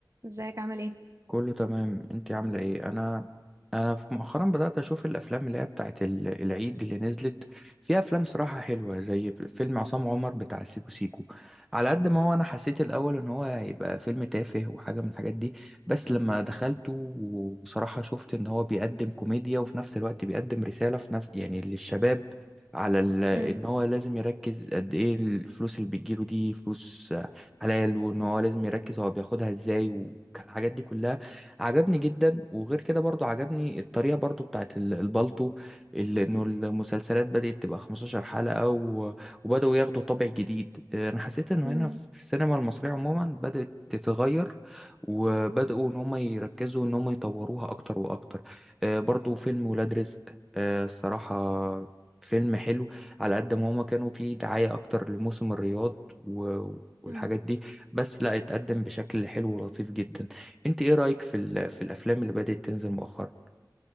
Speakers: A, on the right; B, in the centre.
A: ازيك عامل ايه
B: كله تمام انت عامله ايه انا انا في مؤخرا بدات اشوف الافلام اللي هي بتاعت ال- العيد اللي نزلت فيها افلام صراحه حلوه زي فيلم عصام عمر بتاع سيكو سيكو على قد ما هو انا حسيت الاول ان هو هيبقى فيلم تافه وحاجه من الحاجات دي بس لما دخلته وصراحه شفت ان هو بيقدم كوميديا وفي نفس الوقت بيقدم رساله في نفس يعني للشباب على ال... ان
A: مم.
B: هو لازم يركز قد ايه الفلوس اللي بتجيله دي فلوس حلال وان هو لازم يركز هو بياخدها ازاي والحاجات دي كلها عجبني جدا وغير كده برضو عجبني الطريقة برضو بتاعت ال- البالتو اللي انه المسلسلات بدأت تبقى 15 حلقة و... وبدأوا ياخدوا طابع جديد آه، انا حسيت انه
A: مم.
B: هنا في السينما المصرية عموما بدأت تتغير وبدأوا ان هم يركزوا ان هم يطوروها اكتر واكتر آه، برضو فيلم ولاد رزق آه، الصراحة فيلم حلو على قد ما هما كانوا فيه دعاية أكتر لموسم الرياض و... والحاجات
A: مم.
B: دي بس لا اتقدم بشكل حلو ولطيف جدا انت ايه رأيك في ال- في الافلام اللي بدأت تنزل مؤخرا